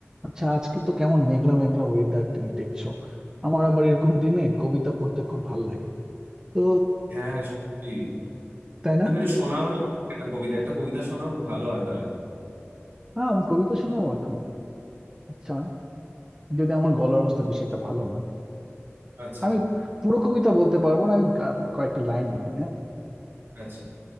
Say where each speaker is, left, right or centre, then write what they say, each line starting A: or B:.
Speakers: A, on the right (about 15°); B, on the right (about 55°).
A: আচ্ছা আজকে তো কেমন মেঘলা মেঘলা ওয়েদার তুমি দেখছো আমার আবার এরকম দিনে কবিতা পড়তে খুব ভালো লাগে তো
B: হ্যাঁ সত্যি
A: তাই না
B: তুমি এটা শোনাও না একটা কবিতা একটা কবিতা শোনাও খুব ভালো হয় তাহলে
A: হ্যাঁ আমি কবিতা শোনাবো এখন আচ্ছা যদি আমার গলার অবস্থা বেশি একটা ভালো না
B: আচ্ছা
A: আমি পুরো কবিতা বলতে পারবো না আমি কা- কয়েকটা লাইন বলি হ্যাঁ
B: আচ্ছা